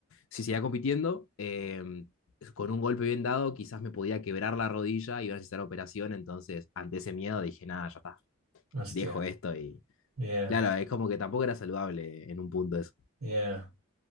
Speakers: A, on the left; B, on the right.
A: si seguía compitiendo, em, con un golpe bien dado, quizás me podía quebrar la rodilla y iba a necesitar operación, entonces ante ese miedo dije, nada, ya está,
B: hostia,
A: dejo esto y
B: ya,
A: Claro, es como que tampoco era saludable en un punto eso.
B: ya.